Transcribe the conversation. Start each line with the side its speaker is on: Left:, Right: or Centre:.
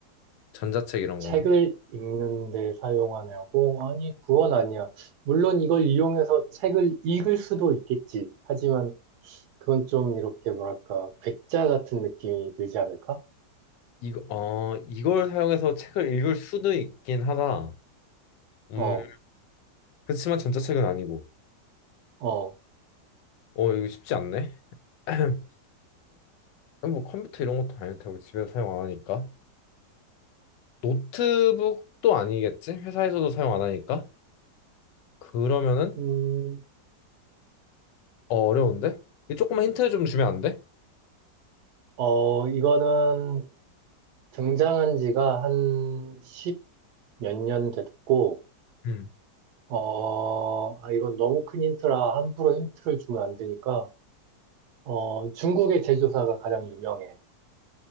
Left: 전자책 이런
Right: 책을
Left: 건가?
Right: 읽는데 사용하냐고? 아니, 그건 아니야. 물론 이걸 이용해서 책을 읽을 수도 있겠지. 하지만 그건 좀 이렇게 뭐랄까, 괴짜 같은 느낌이 들지 않을까?
Left: 이거, 어, 이걸 사용해서 책을 읽을 수도 있긴 하다. 음,
Right: 어,
Left: 그렇지만 전자책은 아니고.
Right: 어,
Left: 어, 이거 쉽지 않네. <clears throat> 아, 뭐 컴퓨터 이런 것도 아닐 테고 집에서 사용 안 하니까. 노트북도 아니겠지? 회사에서도 사용 안 하니까. 그러면은
Right: 음,
Left: 어, 어려운데? 이거 조금만 힌트 좀 주면 안 돼?
Right: 어, 이거는 등장한 지가 한 십 몇 년 됐고,
Left: 음.
Right: 어, 아, 이건 너무 큰 힌트라 함부로 힌트를 주면 안 되니까, 어, 중국의 제조사가 가장 유명해.